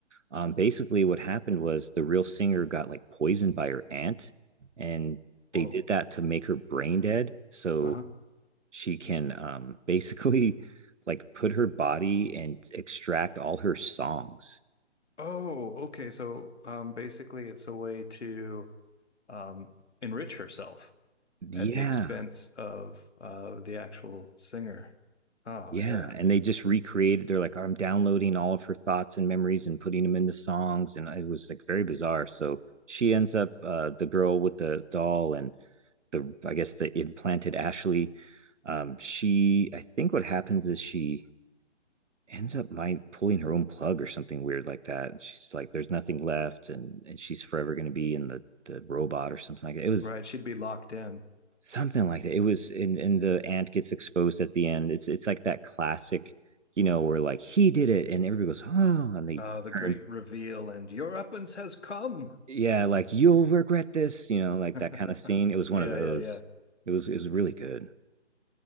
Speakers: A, on the right (about 80°); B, on the left (about 70°).
A: um, basically what happened was the real singer got like poisoned by her aunt and
B: Whoa.
A: they did that to make her brain dead so
B: Uh-huh.
A: she can um, <laughs> basically like put her body and extract all her songs
B: Oh, okay. So, um, basically, it's a way to um, enrich herself
A: yeah
B: at the expense of uh, the actual singer. Oh,
A: yeah
B: yeah.
A: and they just recreated they're like i'm downloading all of her thoughts and memories and putting them into songs and it was like very bizarre so she ends up uh, the girl with the doll and the I guess the implanted Ashley. Um, she I think what happens is she ends up my pulling her own plug or something weird like that. And she's like, there's nothing left, and, and she's forever gonna be in the the robot or something like that. It was
B: Right. She'd be locked in.
A: something like that. It was and and the ant gets exposed at the end. It's it's like that classic, you know, where like he did it and everybody goes, Oh, and they
B: Uh, the great
A: turn,
B: reveal and your uppance has come.
A: yeah, like you'll regret this, you know, like
B: <laughs>
A: that kind of scene. It was
B: Yeah,
A: one of those.
B: yeah, yeah.
A: It was it was really good.